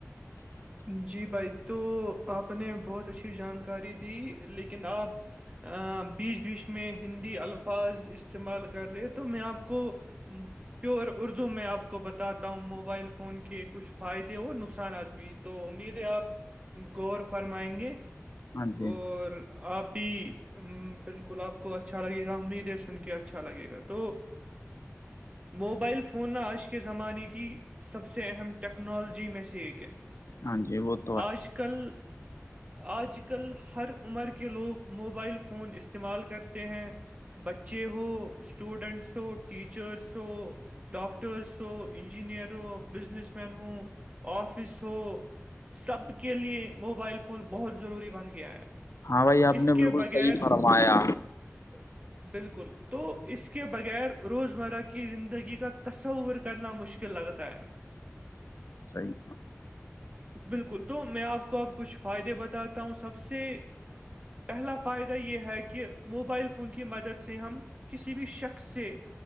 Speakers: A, on the right; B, on the left.
A: جی بھائی تو آپ نے بہت اچھی جانکاری دی لیکن آپ بیچ بیچ میں ہندی الفاظ استعمال کر رہے تو میں آپ کو ہوں پیور اردو میں آپ کو بتاتا ہوں موبائل فون کے کچھ فائدے اور نقصانات بھی تو امید ہے آپ غور فرمائیں گے
B: ہاں جی
A: اور آپی بالکل آپ کو اچھا لگے گا امیدیں سن کے اچھا لگے گا تو موبائل فون نہ آج کے زمانے کی سب سے اہم ٹیکنالوجی میں سے ایک ہے
B: <unintelligible>
A: آج کل آج کل ہر عمر کے لوگ موبائل فون استعمال کرتے ہیں بچے ہو اسٹوڈینٹس ہو ٹیچرس ہو ڈاکٹرس ہو انجینئر ہو بزنس مین ہو آفس ہو تو سب کے لیے موبائل فون بہت ضروری بن گیا ہے
B: ہاں بھائی آپ
A: اس
B: نے
A: کے
B: بالکل
A: بغیر
B: صحیح فرمایا
A: <inaudible> بالکل تو اس کے بغیر روزمرہ کی زندگی کا تصور کرنا مشکل لگتا ہے
B: صحیح کا <unintelligible>
A: بالکل تو میں آپ کو اب کچھ فائدے بتاتا ہوں سب سے پہلا فائدہ یہ ہے کہ موبائل فون کی مدد سے ہم کسی بھی شخص سے